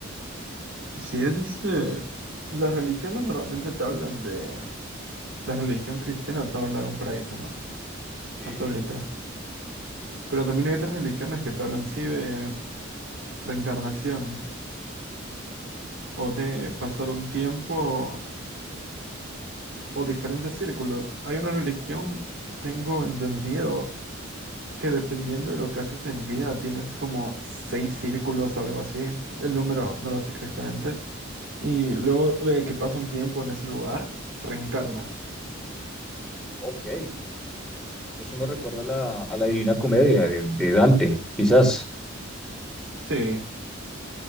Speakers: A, on the right (about 75°); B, in the centre.
A: si es este... Las religiones normalmente te hablan de... La religión cristiana te habla de un paraíso, ¿no?
B: Sí,
A: Católica. Pero también hay otras religiones que te hablan, sí, de reencarnación o de pasar un tiempo o diferentes círculos. Hay una religión, tengo entendido, que dependiendo de lo que haces en vida, tienes como seis círculos o algo así. El número no lo sé exactamente. Y luego de que pasa un tiempo en ese lugar, reencarnas.
B: ok. Eso me recuerda a la, a la Divina Comedia de, de Dante, quizás.
A: Sí,